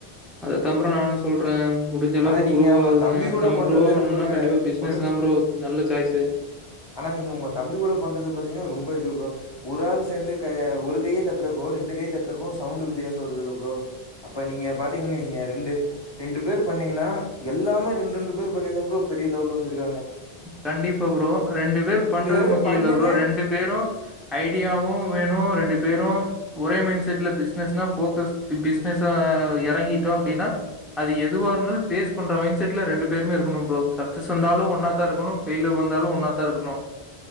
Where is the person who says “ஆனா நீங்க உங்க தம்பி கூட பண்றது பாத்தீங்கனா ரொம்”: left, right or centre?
Left